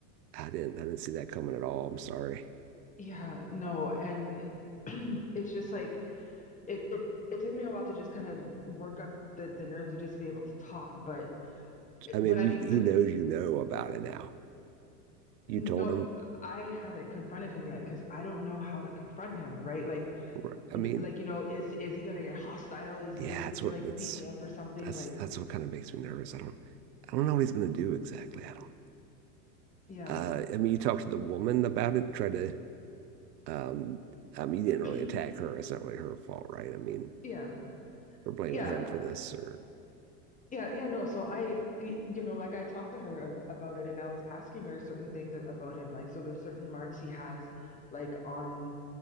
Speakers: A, on the right; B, on the left.
A: I didn't I didn't see that coming at all. I'm sorry.
B: yeah, no. And <clears throat> it's just like it it it took me a while to just kind of work up the the nerve to just be able to talk, but
A: I mean,
B: but I
A: if you,
B: mean
A: he
B: the
A: knows you know about it now. You
B: no
A: told him.
B: I haven't confronted him yet because I don't know how to confront him, right? Like
A: R- I mean,
B: like you know is is he gonna get hostile? Is
A: yeah,
B: is he
A: that's
B: gonna
A: what
B: like
A: that's
B: beat me up or something?
A: that's
B: Like
A: that's what kind of makes me nervous. I don't I don't know what he's gonna do exactly. I don't.
B: yeah.
A: Uh, I mean, you talked to the woman about it. Tried to. Um, I mean,
B: <clears throat>
A: you didn't really attack her. It's not really her fault, right? I mean,
B: Yeah.
A: we're blaming
B: Yeah.
A: him for this, or,
B: Yeah, yeah, no. So I, y- you know, like I talked to her ab- about it and I was asking her certain things a- about him. Like, so there's certain marks he has like on